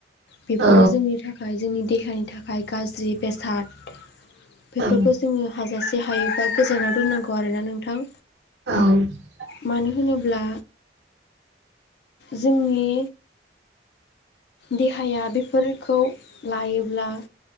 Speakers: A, on the left; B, on the right.
A: बेफोरो
B: औ
A: जोंनि थाखा य जोंनि देहानि थाखाय गाज्रि बेसाद बेफोरखौ
B: औ
A: जोंङो हाजासे हायोबा गोजानाव दोननांगौ आरोना नोंथां।
B: औ
A: मानो होनोब्ला जोंनि देहाया बेफोरखौ लायोब्ला